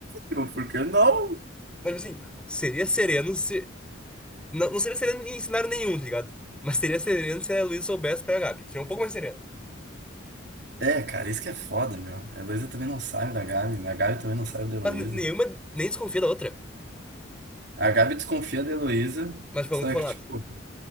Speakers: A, on the right; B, in the centre.
A: meu, por que não?
B: Mas assim, seria sereno se. Não, não seria sereno em cenário nenhum, tá ligado? Mas seria sereno se a Heloísa soubesse pegar a Gabi. Seria um pouco mais sereno.
A: É, cara, isso que é foda, meu. A Heloísa também não sabe da Gabi, a Gabi também não sabe da Heloísa.
B: Mas n- nenhuma nem desconfia da outra.
A: A Gabi desconfia da Heloísa,
B: Mas tipo,
A: só
B: ela nunca falou
A: que, tipo,
B: nada.